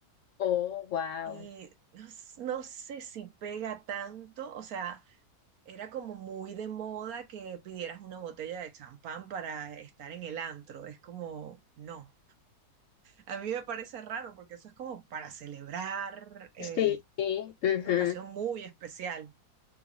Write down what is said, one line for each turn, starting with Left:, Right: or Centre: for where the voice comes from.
Left: oh, wow.
Right: Y no s- no sé si pega tanto, o sea Era como muy de moda que pidieras una botella de champán para estar en el antro. Es como, no. A mí me parece raro porque eso es como para celebrar eh,
Left: Sí, sí, ujú.
Right: una ocasión muy especial.